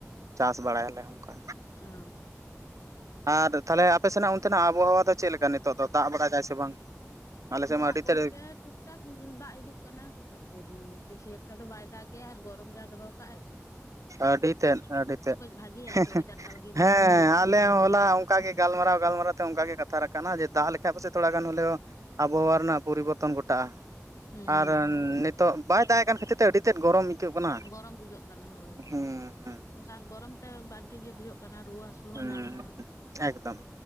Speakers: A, on the right; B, on the left.
A: ᱪᱟᱥ ᱵᱟᱲᱟᱭᱟᱞᱮ ᱚᱝᱠᱟ᱾
B: ᱩᱸ,
A: ᱟᱨ ᱛᱷᱟᱞᱮ ᱟᱯᱮ ᱥᱮᱱᱟᱜ ᱚᱱᱛᱮᱱᱟᱜ ᱟᱵᱚᱦᱟᱣᱟ ᱫᱚ ᱪᱮᱜ ᱞᱮᱠᱟ ᱱᱤᱛᱚᱜ ᱫᱚ, ᱫᱟᱜ ᱵᱟᱲᱟᱭ ᱫᱟᱭ ᱥᱮ ᱵᱟᱝ? ᱟᱞᱮ ᱥᱮᱫ
B: ᱫᱟᱜ
A: ᱢᱟ ᱟᱹᱰᱤ
B: ᱵᱳᱞᱛᱮ
A: ᱛᱮᱫ
B: ᱴᱩᱠ ᱦᱚᱴᱟᱠ ᱫᱟᱜ ᱦᱤᱡᱩᱜ ᱠᱟᱱᱟ ᱟᱨᱠᱤ ᱵᱤᱥᱤ ᱮᱠᱴᱟ ᱫᱚ ᱵᱟᱭ ᱫᱟᱜᱮ ᱟᱭᱟ ᱟᱨ ᱜᱚᱨᱚᱢ ᱡᱟ ᱫᱚᱦᱚ ᱟᱠᱟᱜ-ᱟᱭ᱾
A: ᱟᱹᱰᱤ ᱛᱮᱫ ᱟᱹᱰᱤ ᱛᱮᱜ
B: ᱵᱷᱟᱜᱤ ᱟᱨᱠᱤ
A: ᱦᱮᱸ-ᱦᱮᱸ
B: ᱚᱭᱮᱫᱟᱨ ᱴᱟᱜ ᱵᱷᱟᱜᱤ ᱨᱮᱭᱟᱲ
A: ᱦᱮᱸᱻ
B: ᱨᱮᱭᱟᱲ ᱧᱚᱜ ᱫᱚᱦᱚᱭᱟᱭ
A: ᱟᱞᱮ ᱶᱚ ᱦᱚᱞᱟ ᱚᱝ ᱚᱱᱠᱟ ᱜᱮ ᱜᱟᱞᱢᱟᱨᱟᱣ ᱜᱟᱞᱢᱟᱨᱟᱣ ᱛᱮ ᱚᱱᱠᱟ ᱜᱮ ᱠᱟᱛᱟ ᱨᱟᱠᱟ ᱠᱟᱱᱟ ᱡᱮ ᱫᱟᱜ ᱞᱮᱠᱟᱱ ᱟᱯᱮ ᱥᱮᱱ ᱛᱷᱚᱲᱟ ᱜᱟᱱᱮ <unintelligible> ᱟᱵᱚᱦᱟᱣᱟ ᱨᱮᱱᱟᱜ ᱯᱚᱨᱤᱵᱚᱨᱛᱚᱱ ᱜᱷᱚᱴᱟᱜ-ᱟ
B: ᱦᱩᱸ ᱦᱩᱸ
A: ᱟᱨ ᱱᱤᱛᱚᱜ ᱵᱟᱭ ᱫᱟᱜ ᱮᱫ ᱠᱷᱟᱹᱛᱤᱨ ᱛᱮ ᱟᱹᱰᱤ ᱛᱮᱫ ᱜᱚᱨᱚᱢ ᱟᱹᱭᱠᱟᱹᱜ ᱠᱟᱱᱟ
B: ᱜᱚᱨᱚᱢ ᱵᱩᱡᱷᱟᱹᱜ ᱠᱟᱱᱟ ᱦᱳᱭ
A: ᱦᱮᱸ ᱦᱮᱸ
B: ᱟᱨ ᱜᱚᱨᱚᱢ ᱛᱮ ᱵᱟᱝ ᱴᱷᱤᱠ ᱜᱮ ᱵᱩᱡᱷᱟᱹᱜ ᱠᱟᱱᱟ ᱨᱩᱣᱟᱹ ᱦᱟᱹᱥᱩ <unintelligible> ᱦᱚᱸ ᱧᱟᱢ
A: ᱦᱮᱸ
B: ᱠᱟᱱᱟ
A: ᱮᱠᱫᱚᱢ